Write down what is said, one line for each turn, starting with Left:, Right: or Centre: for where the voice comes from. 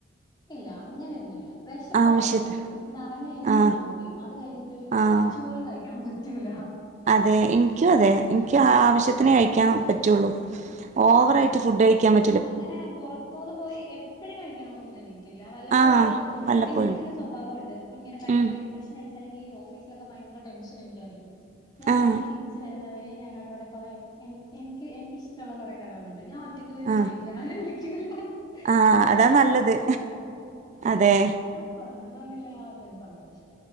Left: ഇല്ല അങ്ങനെന്നുല്ല. വിശപ്പുള്ളപ്പോ
Right: ആവശ്യത്തിന്
Left: കഴിക്കും, നിറഞ്ഞ് കഴിഞ്ഞാൽ
Right: ആഹ്
Left: സ്റ്റോപ്പ് ചെയ്യും, അത് കഴിഞ്ഞിട്ടൊരു
Right: ആഹ്
Left: കുറച്ചുപോലും കഴിക്കാൻ പറ്റൂ റ്റുല്ല
Right: അതെ എനിക്കും അതെ എനിക്ക് ആവശ്യത്തിനെ കഴിക്കാൻ പറ്റുള്ളു. ഓവറായിട്ട്
Left: ആഹ്
Right: ഫുഡ് കഴിക്കാൻ പറ്റു.
Left: അങ്ങനെ പുറത്തുന്ന് പോയി എപ്പഴും കഴിക്കണന്നും എനിക്കില്ല വല്ലപ്പോഴും
Right: ആഹ്
Left: ഇങ്ങനെ തോന്നുമ്പോ
Right: വല്ലപ്പോഴും
Left: പിന്നെ എനിക്കൊരു സ്വഭാവോണ്ട് പിന്നെങ്ങനെ ഭയങ്കര
Right: ഉം
Left: ഡിപ്രഷനടിച്ച്. അല്ലെങ്കിൽ ഈ ഓഫീസിലൊക്കെ ഭയങ്കര ടെഷനൊക്കെ ആയിരിക്കും, ഞാനിപ്പോ
Right: ആഹ്
Left: ഇങ്ങനെ തിരിച്ച് വര- വേ ഞങ്ങളുടെ ഇവിടെ കുറെ എനിക്ക് എനിക്ക് ഇഷ്ടമുള്ള കുറെ കടകളുണ്ട് ഞാൻ ഒറ്റക്ക് പോയി ഫുഡ്
Right: ആഹ്
Left: കഴിക്കും ആരെയും വിളിക്കില്ലോ
Right: ആഹ്
Left: അപ്പൊ
Right: അതാ
Left: ഒരു
Right: നല്ലത്
Left: സന്തോഷാണ്.
Right: അതെ
Left: അപ്പൊ എന്തോന്നില്ല. ഒരു സന്തോഷ